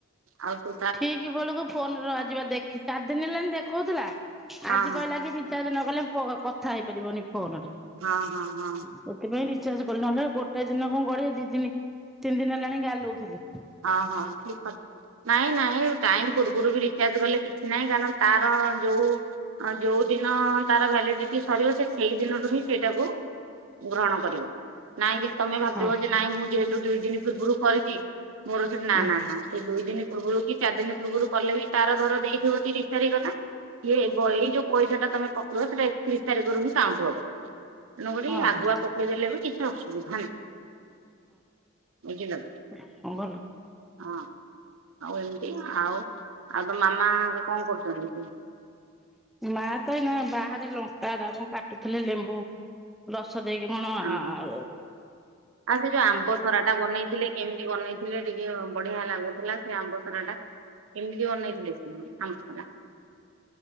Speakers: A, on the right; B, in the centre.
A: ଆଉ ତୋ
B: ଠିକ ବେଳକୁ ଫୋନ ର ଆଜିିବା ଦେଖି ଚାରି ଦିନ ହେଲାଣି ଦେଖଉଥିଲା
A: ହଁ
B: ଆଜି
A: ହଁ
B: କହିଲା କି ରିଚାର୍ଜ୍ ନ କଥା ହେଇପାରିବନି ଫୋନରେ
A: ହଁ ହଁ ହଁ
B: ସେଥିପାଇଁ ରି ଚାର୍ଜ କଲେ ନହେଲେ ଗୋଟେ ଦିନ କଣ ଗଡିବ ଦି ଦିନ ତିନ ଦିନ ହେଲାଣି ଗାଲୋଉଥିଲି।
A: ହଁ ହଁ ଠିକ ଅ ନାଇଁ ନାଇଁ ଟାଇମ ପୂର୍ବରୁ ବି ରେଚର୍ଜ କଲେ କିଛି ନାହିଁ କାରଣ ତାର ଯୋଉଡ଼ିନ ତାର ଭ୍ୟାଲିଡିଟି ସ ରିବ ସେ ସେଇ ଦିନଠୁ ହିଁ ସେଇଟାକୁ ଗ୍ରହଣ କରିବ ନାଇଁ ଯେ ତମେ ଭାବିବ
B: ହଁ
A: ଯେ ନାଇଁ ମୁଁ ଯେହେତୁ ଦୁଇ ଦିନ ପୂର୍ବରୁ କରିଛି ମୋର ସେଠି ନା-ନା-ନା
B: ହଁ
A: <unintelligible> ଦିନ ପୂର୍ବରୁ କି ଚାରି ଦିନ ପୂର୍ବରୁ କଲେ ବି ତାର ଧର ଦେଇଥିବ ତିରିଶ ତାରିଖ ନା। ଇଏ ଏଇ ଯୋଉ ପଇସା ଟା ତମେ ପକେଇବ ସେଇଟା ଏକତିରିଶ ତାରିଖରୁ ହିଁ କାଉଣ୍ଟ ହବ। ତେଣୁକରି
B: ଓହୋ
A: ଆଗୁଆ ପକେଇ ଦେଲେ ବି କିଛି ଅସୁବିଧା ନାହିଁ। ବୁଝିଲ କି
B: ହଁ ଭଲ।
A: ହଁ ଆଉ ଏମିତି ଆଉ ଆଉ ତ ମାମା କଣ କରୁଛନ୍ତି?
B: ମା ତ ଏଇନା ବାହାରେ ଲଙ୍କାଟା କଣ କାଟୁଥିଲେ ଲେମ୍ବୁ ରସ ଦେଇକି କଣ
A: ଓହୋ।
B: ଆଉ।
A: ଆଉ ସେ ଯୋଉ ଆମ୍ବସରା ଟା ବନେଇଥିଲେ କେମିତି ବନେଇଥିଲେ ଟିକେ ବଢିଆ ଲାଗୁଥିଲା ସେ ଆମ୍ବ ସରା ଟା କେମିତି ବନେଇଥିଲେ ସେ ଆମ୍ବସରା।